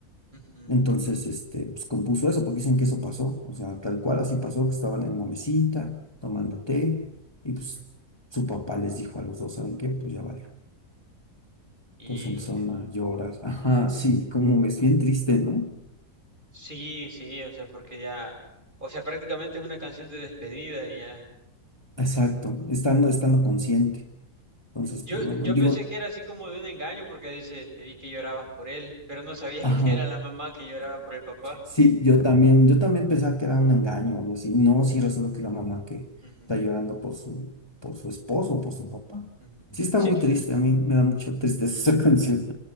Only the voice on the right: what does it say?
ujú,
ujú,
ujú.
Híjole.
Sí, sí, o sea, porque ya, o sea, prácticamente es una canción de despedida y ya.
Yo,
yo
pensé que era así como de un engaño porque dice, te vi que llorabas por él, pero no sabía <laughs>
que era la mamá que lloraba por el papá.
Ujú,
ujú.
Sí,